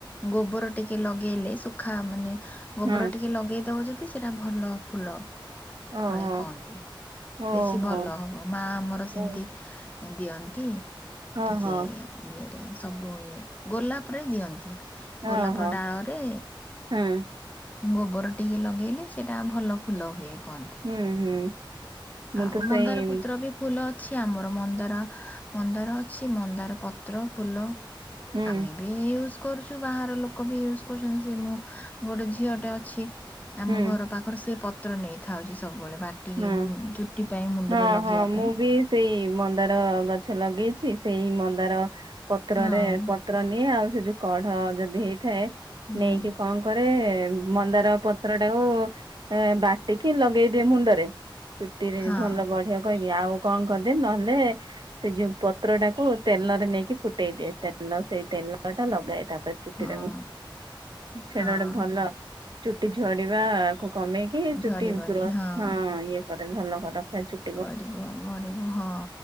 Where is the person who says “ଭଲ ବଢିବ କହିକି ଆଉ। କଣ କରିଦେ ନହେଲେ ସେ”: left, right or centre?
Right